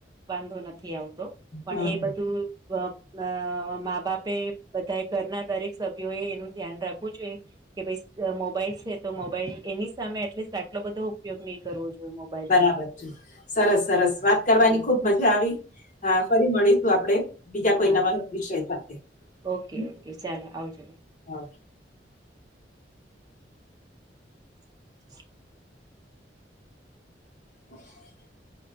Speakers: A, on the right; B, on the left.
A: વાંધો નથી આવતો પણ
B: હા
A: એ
B: હા
A: બધું સ્વપ્ન મા બાપે બધાએ ઘરના દરેક સભ્યો એ એનું ધ્યાન રાખવું જોઈ કે ભાઈ મોબાઈલ છે તો મોબાઈલ એની સામે એટલીસ્ટ આટલો બધો ઉપયોગ નહી કરવો જોઈએ મો
B: બરાબર છે સરસ સરસ વાત કરવાની
A: હમ
B: ખુબ મજા આવી હા ફરી મળીશું આપડે બીજા કોઈ
A: હા
B: નવા વિષય સાથે
A: ઓકે
B: હમ,
A: ઓકે ચાલો આવજો
B: હા
A: <inaudible>
B: <inaudible>